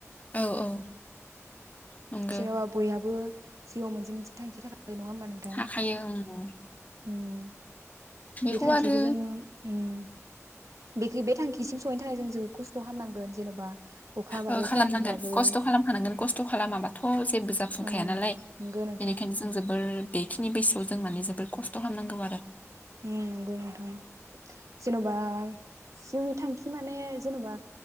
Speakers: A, on the left (about 30°); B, on the right (about 75°).
A: औ औ नंगौ
B: जेनेबा बयहाबो जिउआव मोनसे मोनसे थांखि थाख ओ नङा होमबा नोंथां
A: हाखायो उम
B: उम
A: बेखौ
B: बे थांखिखो
A: आरो
B: जोंङो उम बेखि बे थांखिसिम सहैनो थाखाय जों जोबोद खस्थ' खामनांगोन जेन'बा अखाबाबो
A: ओ खालामनांगोन
B: सान्दुंबाबो
A: खस्थ' खालामखानांगोन खस्थ' खालामाबाथ' थ' जेबो जाफुंखाया
B: ओं
A: नालाय
B: नंगौ नोंथां
A: बेनिखायनो जों जोबोर उम बेखिनि बैसोआव जों माने जोबोर खस्थ' खामनांगौ आरो
B: उम नंगौ नोंथां जेन'बा जिउनि थांखि माने जेन'बा